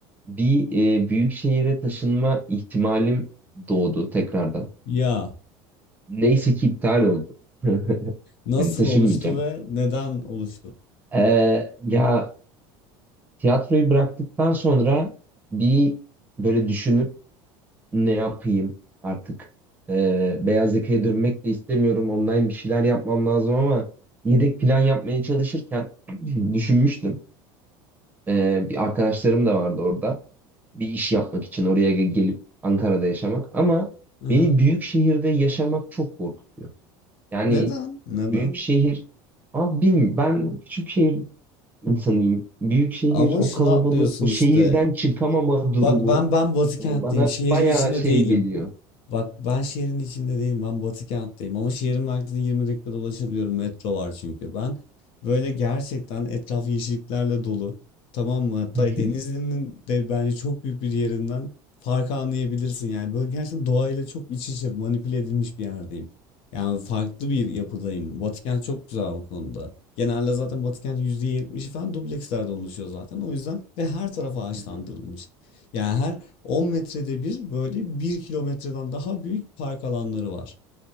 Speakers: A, on the right (about 15°); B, on the left (about 60°).
A: bir e, büyük şehire taşınma ihtimalim doğdu tekrardan.
B: Ya
A: Neyse ki iptal oldu. <laughs>
B: nasıl
A: Hani taşınmayacağım.
B: oluştu ve neden oluştu?
A: Ee, ya tiyatroyu bıraktıktan sonra bir böyle düşünüp ne yapayım artık. Ee, beyaz yakaya dönmek de istemiyorum. Online bir şeyler yapmam lazım ama yedek plan yapmaya çalışırken <clears throat> düşünmüştüm. Ee, bir arkadaşlarım da vardı orada. Bir iş yapmak için oraya ge- gelip Ankara'da yaşamak. Ama
B: <laughs>
A: beni büyük şehirde yaşamak çok korkutuyor. Yani
B: Neden? Neden?
A: büyük şehir, abi bilmiyorum ben küçük şehir insanıyım. Büyük şehir,
B: Ama
A: o
B: şunu
A: kalabalık,
B: atlıyorsun
A: o
B: işte.
A: şehirden çıkamama durumu
B: Bak ben ben Batı kentteyim.
A: e, bana
B: Şehrin
A: bayağı
B: içinde
A: şey
B: değilim.
A: geliyor.
B: Bak ben şehrin içinde değilim. Ben Batı kentteyim. Ama şehrin merkezine 20 dakikada ulaşabiliyorum. Metro var çünkü. Ben böyle gerçekten etrafı yeşilliklerle dolu. Tamam mı? Hatta
A: Hı
B: Denizli'nin de bence çok büyük bir yerinden farkı anlayabilirsin. Yani böyle gerçekten doğayla çok iç içe manipüle edilmiş bir yerdeyim. Yani farklı bir yapıdayım. Batı kent çok güzel o konuda. Genelde zaten Batı kentin %70'i falan dublekslerden oluşuyor zaten. O yüzden ve her tarafa ağaçlandırılmış.
A: hı.
B: Yani her 10 metrede bir böyle bir kilometreden daha büyük park alanları var.